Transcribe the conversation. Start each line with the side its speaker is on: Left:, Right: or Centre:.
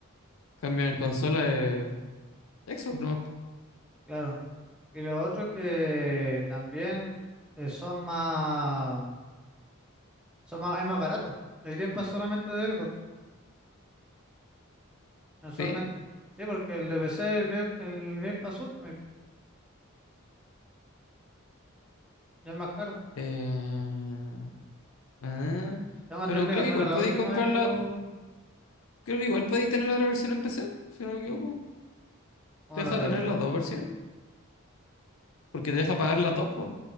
Left: Cambio en consola eh, Xbox, ¿no?
Centre: claro. Y lo otro que también eh, son más. Son más- es más barato. El Game Pass solamente de Xbox, mensualmente.
Left: ¿Sí?
Centre: Sí, porque el de PC, el Game, el Game Pass Ultimate, ya es más caro.
Left: Eh, ah,
Centre: Tengo
Left: pero
Centre: entendido,
Left: creo
Centre: al
Left: que
Centre: menos
Left: igual
Centre: la
Left: podéis
Centre: última
Left: comprarla,
Centre: vez que lo...
Left: creo que igual podéis tener la otra versión en PC, po, si no me equivoco.
Centre: como
Left: Te deja
Centre: la otra
Left: tener
Centre: versión?
Left: las dos versiones, porque te deja pagar las dos, pues.